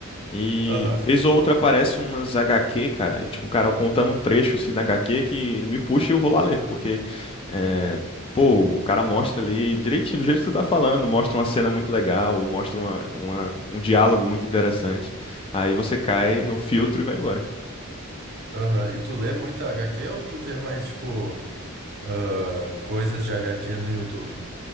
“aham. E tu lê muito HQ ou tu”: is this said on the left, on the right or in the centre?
Right